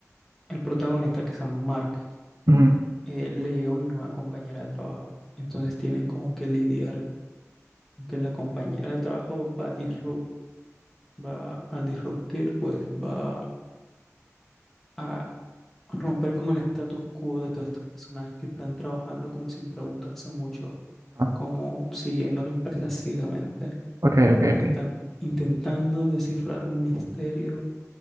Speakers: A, in the centre; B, on the right (about 85°).
A: El protagonista que se llama Mark
B: Ujú.
A: eh, le llega una nueva compañera de trabajo. Entonces tienen como que lidiar con que la compañera de trabajo va a disrup- va a disruptir, pues va a romper como el status quo de todos estos personajes que están trabajando como sin preguntarse mucho,
B: Ajá.
A: como siguiendo la empresa ciegamente,
B: Ok, ok,
A: como
B: ok.
A: que están intentando descifrar un misterio.